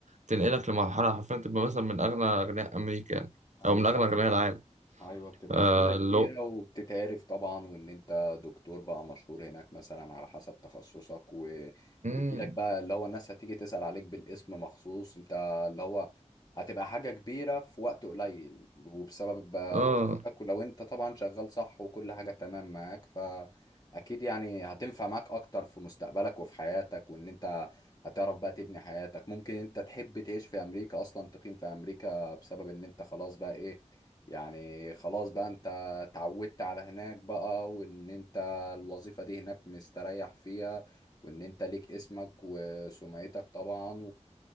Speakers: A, on the right; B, on the left.
A: تنقلك لمرحلة حرفيا تبقى مثلا من أغنى أغنياء أمريكا يعني
B: ايوه
A: أو من أغنى أغنياء العالم
B: ايوه بتبقى
A: آه
B: زباله كبيره
A: اللي هو
B: وبتتعرف طبعا وان انت دكتور بقى مشهور هناك مثلا على حسب تخصصك وبيجي
A: مم،
B: لك بقى اللي هو الناس هتيجي تسأل عليك بالاسم مخصوص انت اللي هو هتبقى حاجه كبيره في وقت قليل وبسبب بقى
A: آه
B: وظيفتك ولو انت طبعا شغال صح وكل حاجه تمام معاك فاكيد يعني هتنفع معاك اكتر في مستقبلك وفي حياتك وان انت هتعرف بقى تبني حياتك ممكن انت تحب تعيش في امريكا اصلا تقيم في امريكا بسبب ان انت خلاص بقى ايه يعني خلاص بقى انت اتعودت على هناك بقى وان انت الوظيفة دي هناك مستريح فيها وان انت ليك اسمك وسمعتك طبعا